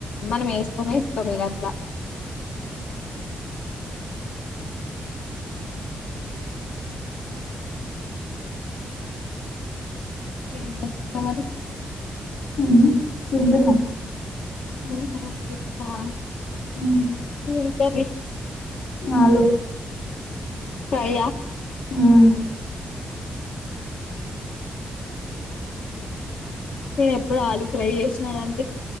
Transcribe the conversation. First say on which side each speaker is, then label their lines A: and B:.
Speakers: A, on the left (about 80°); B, on the left (about 55°).
A: మనం వేసుకో టం ఇగట్ల ఏం చేస్తున్నావ్ మరి
B: ఉం తింటున్న
A: ఉహ్మ్ తింటున్నావా
B: ఉమ్,
A: వెళ్తారే
B: ఆలో
A: ఫ్రైయా
B: ఉం
A: నేనెప్పుడు ఆలు ఫ్రై చేసినానంటే